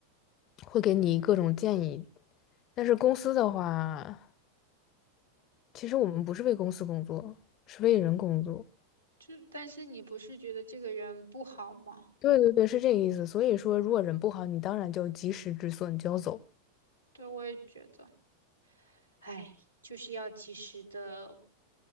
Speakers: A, on the left; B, on the right.
A: 会给你各种建议。但是公司的话，其实我们不是为公司工作，是为人工作。
B: 就但是你不是觉得这个人不好吗？
A: 对对对，是这个意思。所以说，如果人不好，你当然就及时止损，就要走。
B: 对，我也觉得。哎，就是要及时的